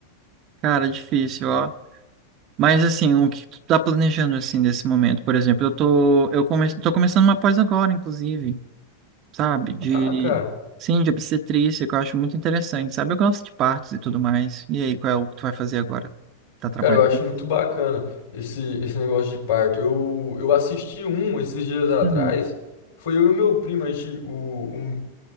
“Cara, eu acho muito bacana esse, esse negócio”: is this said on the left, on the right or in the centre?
Left